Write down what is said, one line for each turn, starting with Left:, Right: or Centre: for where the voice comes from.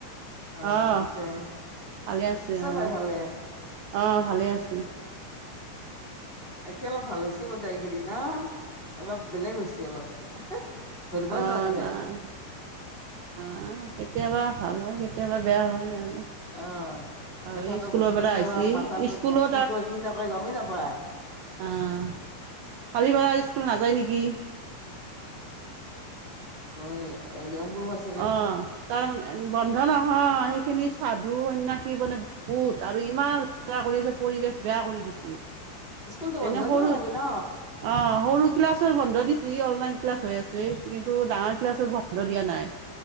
Left: অ',
Right: অঁ'।
Left: আছে,
Right: ভালে আছে অঁ',
Left: তাই ভালে।
Right: অঁ' ভালেই আছে।
Left: এতিয়া অলপ ভাল হৈছে গোতেই কেইদিন ন। অলপ বেলেগ হৈছে অলপ। ধৰিবই
Right: অঁ'
Left: নোৱাৰি তাই
Right: নাই। নাই কেতিয়াবা ভাল হয়, কেতিয়াবা বেয়া হয় আৰু।
Left: হয়,
Right: আৰু
Left: কথাটো
Right: স্কুলৰ পৰা
Left: কেতিয়াবা
Right: আহিছি
Left: মাথাটো
Right: স্কুলত
Left: কি কয় কি নকয় গমেই নাপায়।
Right: অঁ' কালি বাৰু স্কুল নাযায় নেকি?
Left: অ এ এডি অম্বুবাচী-
Right: অঁ' তাৰমানে- এ‌ বন্ধ নহয়, সেইখিনি সাধু সন্যাসী মানে বহুত, আৰু ইমান- কৰি আছে, পৰিৱেশ বেয়া কৰি দিচি,
Left: স্কুলতো বন্ধ
Right: এনে সৰু-
Left: দিব লাগে ন?
Right: অঁ' সৰু ক্লাছৰ বন্ধ দিছে, অনলাইন ক্লাছ হৈ আছে, কিন্তু ডাঙৰ- ক্লাছৰ বন্ধ দিয়া নাই।